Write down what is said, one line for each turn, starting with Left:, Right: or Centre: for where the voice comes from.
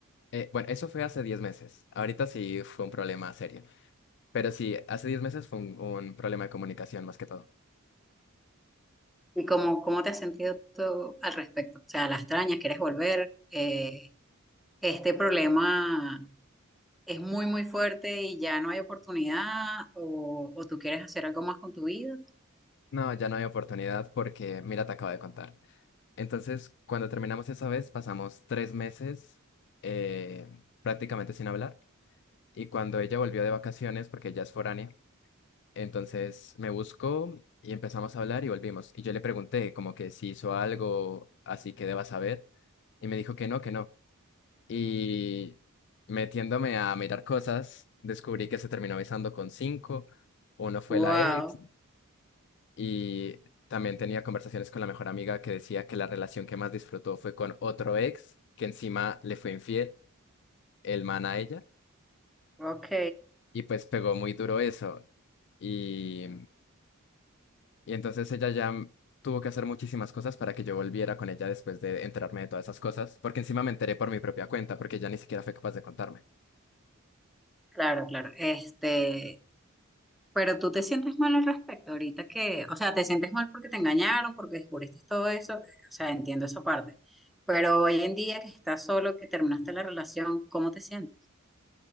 Left: Eh, bueno, eso fue hace 10 meses. Ahorita sí fue un problema serio. Pero sí, hace 10 meses fue un, un problema de comunicación más que todo.
Centre: ¿Y cómo, cómo te has sentido tú al respecto? O sea, la extrañas, quieres volver. Eh, este problema es muy, muy fuerte y ya no hay oportunidad. O, o tú quieres hacer algo más con tu vida.
Left: No, ya no hay oportunidad porque, mira, te acabo de contar. Entonces, cuando terminamos esa vez, pasamos tres meses eh, prácticamente sin hablar. Y cuando ella volvió de vacaciones, porque ella es foránea, entonces me buscó y empezamos a hablar y volvimos. Y yo le pregunté como que si hizo algo así que deba saber. Y me dijo que no, que no. Y metiéndome a mirar cosas, descubrí que se terminó besando con cinco. Uno fue
Centre: Wow,
Left: la ex, y también tenía conversaciones con la mejor amiga que decía que la relación que más disfrutó fue con otro ex, que encima le fue infiel, el man a ella,
Centre: ok.
Left: y pues pegó muy duro eso. Y, y entonces ella ya m- tuvo que hacer muchísimas cosas para que yo volviera con ella después de enterarme de todas esas cosas, porque encima me enteré por mi propia cuenta, porque ella ni siquiera fue capaz de contarme.
Centre: Claro, claro. Este, pero tú te sientes mal al respecto ahorita que, o sea, te sientes mal porque te engañaron, porque descubriste todo eso. O sea, entiendo esa parte. Pero hoy en día que estás solo, que terminaste la relación, ¿cómo te sientes?